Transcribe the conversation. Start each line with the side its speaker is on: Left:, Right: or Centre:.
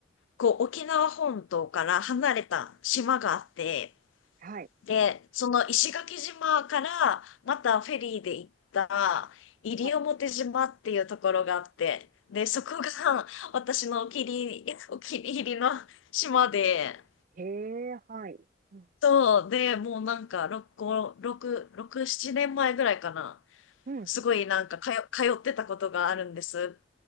Left: こう、沖縄本島から離れた島があって、
Right: はい。
Left: で、その石垣島からまたフェリーで行った西表島っていうところがあって、
Right: はい。
Left: で、そこが <laughs> 私のお気に入り、<laughs> お気に入りの島で、
Right: ええはい。うん。
Left: そう、で、もうなんか、6、5、6、6、7年前ぐらいかな。
Right: うん。
Left: すごいなんか、通、通ってたことがあるんです。